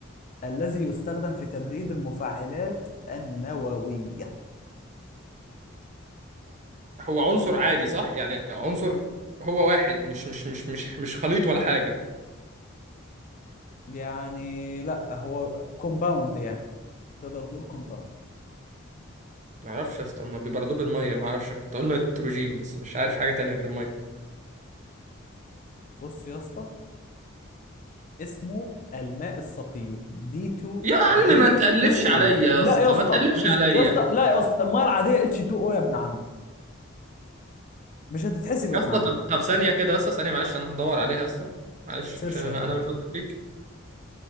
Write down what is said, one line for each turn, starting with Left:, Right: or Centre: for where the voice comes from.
Left: الذي يستخدم في تبريد المفاعلات النووية
Right: هو عنصر عادي صح يعني عنصر هو واحد مش مش مش مش مش خليط ولا حاجة
Left: يعني لا هو كومباوند يعني تقدر تقول كومباوند
Right: ما اعرفش يا اسطى ما بيبردوه بالمية ما اعرفش كنت اقول نيتروجين بس مش عارف حاجة تانية غير المية
Left: بص يا اسطى اسمه الماء الثقيل دي 2
Right: يا عم
Left: دي
Right: ما تقلفش
Left: 2 او
Right: عليا يا
Left: لا
Right: اسطى
Left: يا اسطى
Right: ما تقلفش
Left: مش
Right: عليا
Left: يا اسطى لا يا اسطى الميه العاديه اتش 2 او يا ابن عم مش هتتحسب يا
Right: يا
Left: ابن
Right: اسطى
Left: عم
Right: طب طب ثانية كده يا اسطى ثانية معلش انا هدور عليها يا اسطى معلش
Left: سيرش
Right: عشان انا
Left: يا ابن
Right: انا
Left: عم.
Right: مش واثق فيك